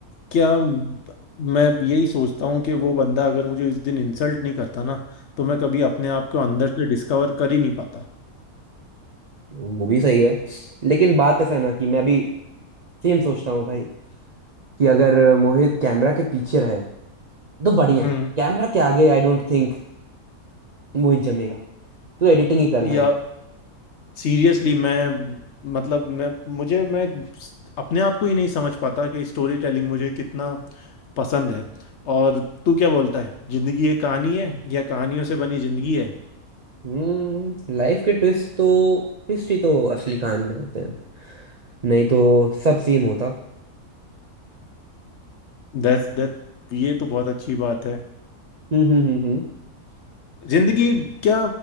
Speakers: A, on the left; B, on the right.
A: क्या मैं यही सोचता हूँ कि वो बंदा अगर मुझे उस दिन इंसल्ट नहीं करता ना तो मैं कभी अपने आप को अंदर से डिस्कवर कर ही नहीं पाता
B: वो भी सही है लेकिन बात ऐसा है ना कि मैं भी सेम सोचता हूँ भाई कि अगर मोहित कैमरा के पीछे रहे तो बढ़िया
A: हम्म
B: है कैमरा के आगे आई डोंट थिंक मोहित जमेगा तू एडिटिंग ही कर
A: या
B: भाई
A: सीरियसली मैं मतलब मैं मुझे मैं अपने आप को ही नहीं समझ पाता कि स्टोरी टेलिंग मुझे कितना पसंद है और तू क्या बोलता है जिंदगी एक कहानी है या कहानियों से बनी जिंदगी है
B: हम्म लाइफ के ट्विस्ट तो ट्विस्ट ही तो असली कहानी बनाते हैं नहीं तो सब सेम होता
A: दैट दैट ये तो बहुत अच्छी बात है
B: हम्म हम्म हम्म हम्म।
A: जिंदगी क्या